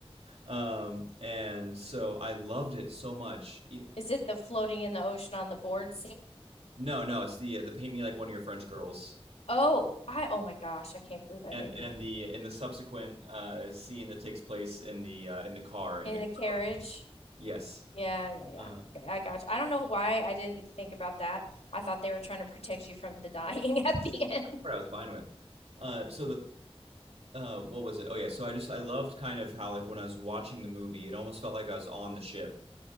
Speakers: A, on the right; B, on the left.
A: Um, and so I loved it so much. E-
B: Is it the floating in the ocean on the board
A: No, no, it's the uh, the paint me like one of your French girls,
B: Oh, I, oh my gosh, I can't believe I
A: and
B: didn't even
A: and the in the subsequent uh scene that takes place in the uh, in the car in
B: in
A: the
B: the carriage.
A: car. Yes,
B: Yeah, yeah, yeah.
A: uh,
B: Okay, I got you. I don't know why I didn't think about that. I thought they were trying to protect you from the dying <laughs> at the end.
A: part I was fine with. Uh, so the uh, what was it? Oh yeah, so I just I loved kind of how like when I was watching the movie, it almost felt like I was on the ship